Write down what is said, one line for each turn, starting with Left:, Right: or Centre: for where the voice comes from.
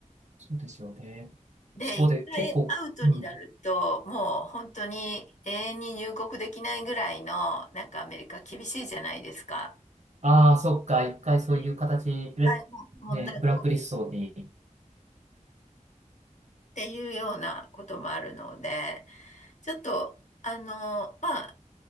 Right: そうですよね。
Left: で、
Right: そうで、
Left: 一回アウトになると、
Right: 結構、うん。
Left: もう本当に永遠に入国できないぐらいの、なんかアメリカ厳しいじゃないですか。
Right: ああ、そっか。一回そういう形で、
Left: はい。はい問題っ
Right: ね、ブラックリストに
Left: ていうようなこともあるので、ちょっと、あの、まあ、